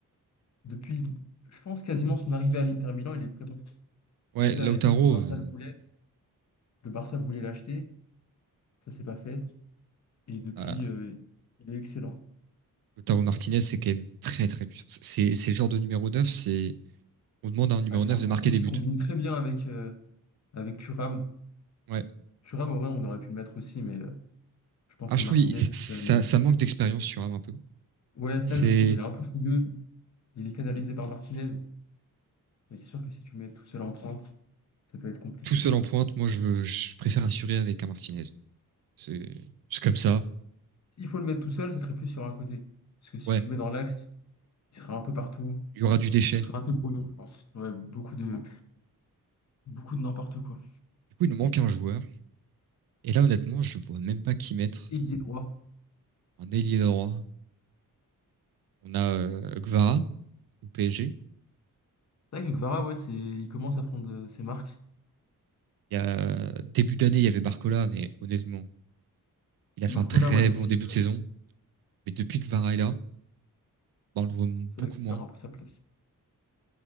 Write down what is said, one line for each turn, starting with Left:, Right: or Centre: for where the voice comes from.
Left: depuis, je pense, quasiment son arrivée à l'Inter Milan, il est très bon.
Right: ouais,
Left: Déjà
Right: Lautaro,
Left: à l'époque, le Barça
Right: euh,
Left: le voulait. Le Barça voulait l'acheter. Ça s'est pas fait. Et depuis,
Right: bah,
Left: euh, il est excellent.
Right: Lautaro Martinez, c'est quand même très très puissant. C'est, c'est le genre de numéro 9, c'est, on demande à un numéro
Left: Ah, clairement.
Right: 9 de marquer
Left: En plus,
Right: des buts.
Left: il combine très bien avec, euh, avec Thuram.
Right: Ouais.
Left: Thuram, en vrai, on aurait pu le mettre aussi, mais euh, je pense
Right: Ah,
Left: que
Right: je
Left: Martinez,
Right: trouve, il- ça,
Left: c'est quand même.
Right: ça manque d'expérience sur Ham un peu.
Left: Ouais, ça
Right: C'est
Left: que je trouve, il est un peu fougueux. Il est canalisé par Martinez, mais c'est sûr que si tu le mets tout seul en pointe, ça peut être compliqué.
Right: tout seul en pointe. Moi, je veux, je préfère assurer avec un Martinez. C'est, c'est comme ça.
Left: S'il faut le mettre tout seul, ça serait plus sur un côté. Parce que si
Right: Ouais.
Left: tu le mets dans l'axe, il serait un peu partout.
Right: Il y aura du déchet.
Left: Ça serait
Right: Du
Left: un peu brouillon, je pense. Ouais, beaucoup de, beaucoup de n'importe quoi.
Right: coup, il nous manque un joueur. Et là, honnêtement, je vois même pas qui mettre.
Left: Ailier droit.
Right: un ailier droit. On a euh, Gvara au PSG.
Left: C'est vrai que Kvara, ouais, c'est, il commence à prendre euh, ses marques.
Right: Il y a, euh, début d'année, il y avait Barcola, mais honnêtement, il a fait
Left: Barcola,
Right: un très
Left: ouais, depuis,
Right: bon début
Left: euh,
Right: de saison. Mais depuis que Gvara est là, bah, on le voit
Left: c'est
Right: beaucoup
Left: vrai qu'il
Right: moins.
Left: perd un peu sa place.